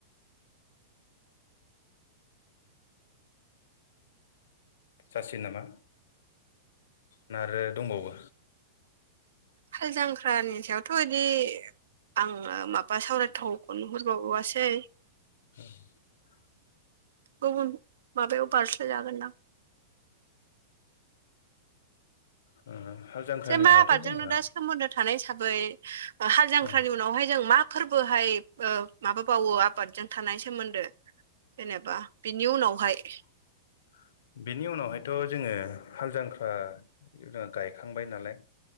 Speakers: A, on the left; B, on the right.
A: जासिगोन नामा ना आरो दंबावो
B: हाल जांख्रानि सायावथ' इदि आङो माबा सावरायथ <unintelligible> खौ नुहर <unintelligible> सै
A: <inaudible>
B: गुबुन माबायाव बारस्लाय जागोनदां
A: ओ हाल जांख्रानि
B: जे मा
A: उनावथ'
B: आबादजोंनो
A: जोंहा
B: दा सोमोन्दो थानाय हिसाबै हाल जांख्रानि
A: औ
B: उनावहाय जों मा फोरबोहाय ओ माबाबावो आबादजों थानाय सोमोन्दो जेनेबा बिनि उनावहाय
A: <inaudible> बिनि उनावहायथ' जोङो हाल जांख्रा गायखांबाय नालाय